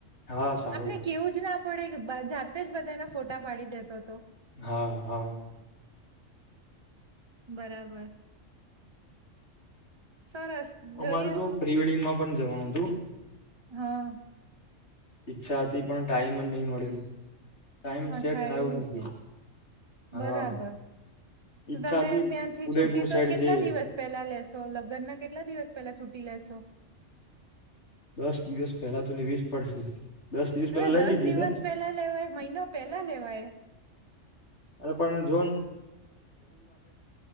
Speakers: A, on the left; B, on the right.
A: હા સારું
B: આપણે
A: છે
B: કેવું જ ના પડેએ જાતે જ બધા એને ફોટા પાડી દેતો હતો
A: હા હા
B: બરાબર સરસ જોઈએ
A: અમારે તો પ્રી વેડિંગમાં પણ જવાનું હતું
B: હા
A: ઈચ્છા હતી પણ ટાઈમ જ નહીં મળ્યો ટાઈમ
B: અચ્છા
A: સેટ થયો
B: એવું
A: નથી
B: છે
A: હા
B: બરાબર તો
A: ઈચ્છા
B: તમે
A: હતી
B: ત્યાંથી
A: ઉદયપુર
B: છુટીતો
A: સાઈડ
B: કેટલા
A: જે
B: દિવસ પેલા લેશો લગ્નના કેટલા દિવસ પેલા છુટી લેશો
A: દસ દિવસ પેલા તો લેવી જ પડશે દસ દિવસ પેલા
B: અરે
A: લઈ
B: દસ
A: લીધી
B: દિવસ
A: છે
B: પેલા લેવાય મહિનો પેલા લેવાય
A: અને પણ જોવોને